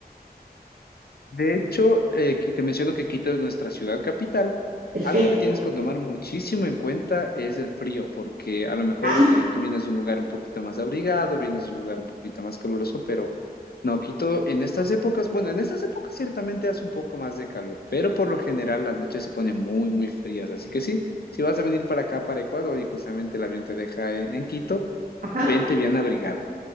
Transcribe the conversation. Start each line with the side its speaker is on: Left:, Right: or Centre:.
Left: De hecho, eh, aquí te menciono que Quito es nuestra ciudad capital.
Right: Perfecto.
Left: Algo que tienes que tomar muchísimo en cuenta es el frío, porque a lo mejor
Right: Ah,
Left: eh, tú vienes de un lugar un poquito más abrigado, vienes de un lugar un poquito más caluroso, pero no, Quito en estas épocas, bueno, en estas épocas ciertamente hace un poco más de calor, pero por lo general las noches se ponen muy, muy frías. Así que sí, si vas a venir para acá, para Ecuador, y justamente el avión te deja en en Quito,
Right: ajá,
Left: vente bien abrigada.